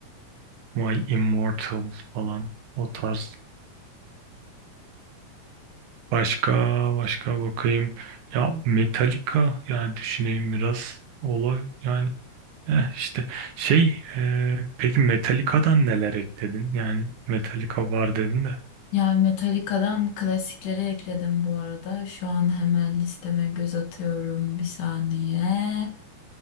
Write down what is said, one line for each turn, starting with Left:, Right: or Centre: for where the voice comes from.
Right: My Immortal falan. O tarz. Başka başka bakayım. Ya Metallica yani düşüneyim biraz. Olay yani. Eh işte şey e, peki Metallica'dan neler ekledin? Yani Metallica var dedin de.
Left: Ya Metallica'dan klasikleri ekledim bu arada. Şu an hemen listeme göz atıyorum. Bir saniye.